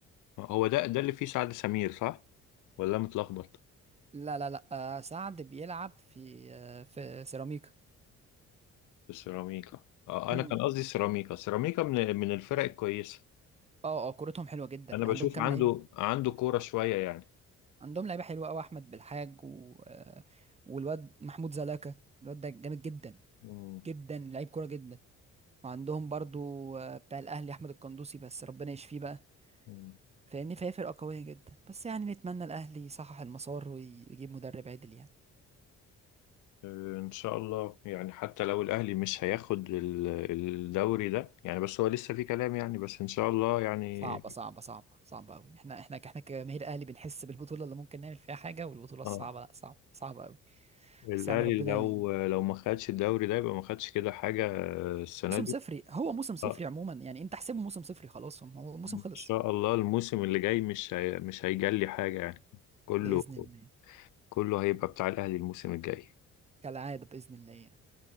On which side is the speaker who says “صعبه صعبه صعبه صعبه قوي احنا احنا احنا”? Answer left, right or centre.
Right